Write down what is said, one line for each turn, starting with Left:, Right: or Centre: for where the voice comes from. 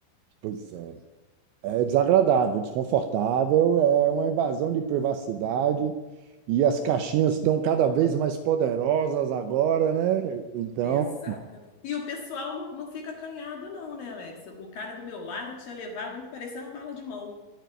Right: Pois é. É desagradável, desconfortável, é uma invasão de privacidade e as caixinhas estão cada vez mais poderosas agora, né? Então,
Left: Exatamente. E o pessoal não, não fica acanhado, não, né, Alex? O cara do meu lado tinha levado um que parecia uma mala de mão.